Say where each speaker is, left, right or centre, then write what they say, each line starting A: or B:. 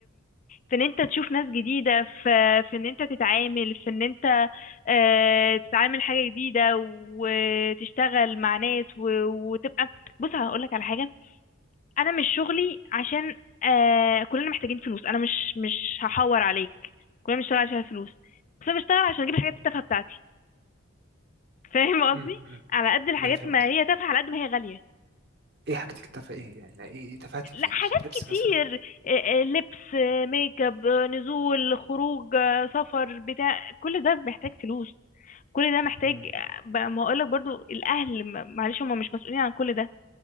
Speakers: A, on the left; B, on the right.
A: في ان انت تشوف ناس جديدة في في ان انت تتعامل في ان انت آه تتعامل حاجة جديدة وتشتغل مع ناس و... وتبقى بص هقولك على حاجة انا مش شغلي عشان آه كلنا محتاجين فلوس انا مش مش هحور عليك كلنا بنشتغل عشان الفلوس بس انا بشتغل عشان اجيب الحاجات التافهة بتاعتي فاهم
B: امم
A: قصدي
B: امم
A: على قد الحاجات
B: ما انا فاهم
A: ما
B: قصدي
A: هي تافهة على قد ما هي غالية
B: ايه حاجتك التافهه ايه يعني لا، ايه إيه تفاهتك
A: لا
B: في ايه
A: حاجات
B: بالظبط لبس
A: كتير
B: مثلا
A: آه، آه، لبس آه، ميك اب آه، نزول خروج آه، سفر بتاع كل ده محتاج فلوس كل ده محتاج
B: مم.
A: آه، ب- ما هقولك برضو الاهل م- معلش هم مش مسؤولين عن كل ده